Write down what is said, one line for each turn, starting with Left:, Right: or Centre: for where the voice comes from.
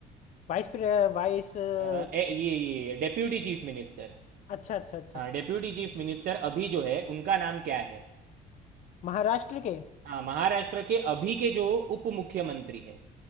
Left: वाइस प्रे- वाइस अच्छा
Right: अ, ए- ये ये डेप्यूटी चीफ मिनिस्टर
Left: अच्छा अच्छा
Right: हाँ डेप्यूटी चीफ मिनिस्टर अभी जो है उनका नाम क्या है
Left: महाराष्ट्र के
Right: हाँ महाराष्ट्र के अभी के जो उप मुख्यमंत्री है